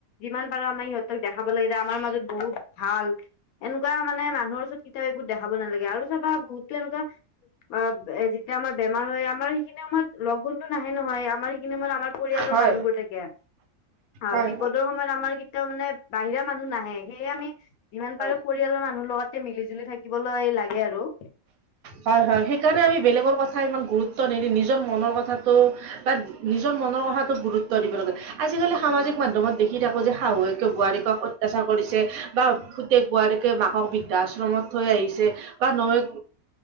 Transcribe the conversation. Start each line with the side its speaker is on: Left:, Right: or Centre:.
Left: যিমান পাৰো আমি সিহঁতক দেখাব লাগে যে আমাৰ মাজত বহুত ভাল। এনেকুৱা মানে মানুহৰ ওচৰত কেতিয়াও এইবোৰ দেখাব নালাগে। আৰু চাবা বহুতো এনেকুৱা- অ যেতিয়া আমাৰ বেমাৰ হয় আমাৰ সেইখিনি সময়ত লগুণতো নাহে নহয়, আমাৰ সেইখিনি সময়ত আমাৰ- পৰিয়ালৰ
Right: হয়
Left: মানুহবোৰ থাকে। অঁ
Right: হয়
Left: বিপদৰ
Right: হয়
Left: সময়ত আমাৰ কেতিয়াও মানে- বাহিৰা মানুহ নাহে। সেয়ে আমি যিমান
Right: হয়।
Left: পাৰো কৰি- পৰিয়ালৰ মানুহৰ লগতে মিলি জুলি থাকিবলৈ লাগে আৰু।
Right: হয় হয়, সেই কাৰণে আমি বেলেগৰ কথা ইমান গুৰুত্ব নিদি নিজৰ মনৰ কথাটো তাত- নিজৰ মনৰ কথাতো গুৰুত্ব দিব লাগে, আজিকালি সামাজিক মাধ্যমত দেখি থাকো যে শাহুৱেকে বোৱাৰীয়েক- অত্যাচাৰ কৰিছে বা পোতেক বোৱাৰীকে মাকক বৃদ্ধাশ্ৰমত থৈ আহিছে বা নহয়- নৱৌ